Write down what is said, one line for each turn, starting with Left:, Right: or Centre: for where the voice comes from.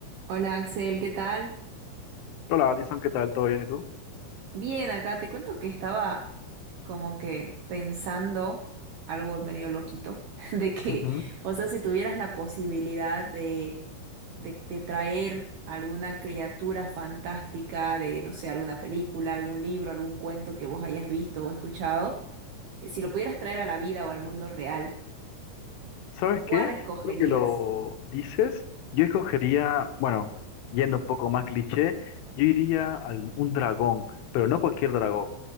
Right: Hola Axel, ¿qué tal?
Left: Hola, Alison, ¿qué tal? ¿Todo bien? ¿Y tú?
Right: Bien, acá te cuento que estaba como que pensando algo medio loquito, <laughs> de que,
Left: Ujú.
Right: o sea, si tuvieras la posibilidad de, de, de traer alguna criatura fantástica de, no sé, alguna película, algún libro, algún cuento que vos hayas visto o escuchado, eh, si lo pudieras traer a la vida o al mundo real,
Left: ¿Sabes
Right: ¿cuál
Left: qué?
Right: escogerías?
Left: Creo que lo dices. Yo escogería, bueno, yendo un poco más cliché, yo iría a un dragón, pero no cualquier dragón.